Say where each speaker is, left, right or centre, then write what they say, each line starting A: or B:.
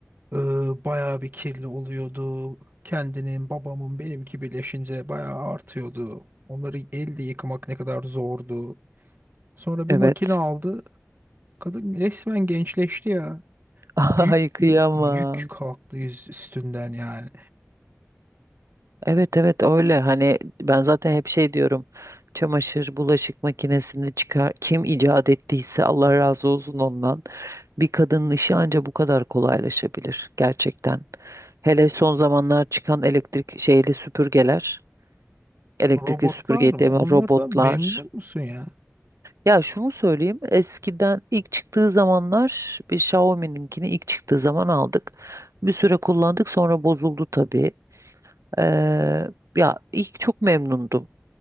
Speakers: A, on the right (about 40°); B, on the right (about 80°).
A: Ee, bayağı bir kirli oluyordu. Kendinin, babamın, benimki birleşince bayağı artıyordu. Onları elde yıkamak ne kadar zordu. Sonra
B: Evet.
A: bir makine aldı. Kadın resmen gençleşti ya.
B: <laughs>
A: Büyük
B: Ay kıyamam.
A: bir yük kalktı yüz üstünden yani.
B: Evet evet öyle hani ben zaten hep şey diyorum çamaşır bulaşık makinesini çıkar kim icat ettiyse Allah razı olsun ondan bir kadının işi anca bu kadar kolaylaşabilir gerçekten. Hele son zamanlar çıkan elektrik şeyli süpürgeler elektrikli
A: Robotlar
B: süpürge
A: mı?
B: deme
A: Onlardan
B: robotlar
A: memnun musun ya?
B: ya şunu söyleyeyim eskiden ilk çıktığı zamanlar bir Xiaomi'ninkini ilk çıktığı zaman aldık bir süre kullandık sonra bozuldu tabii. Ee, ya ilk çok memnundum.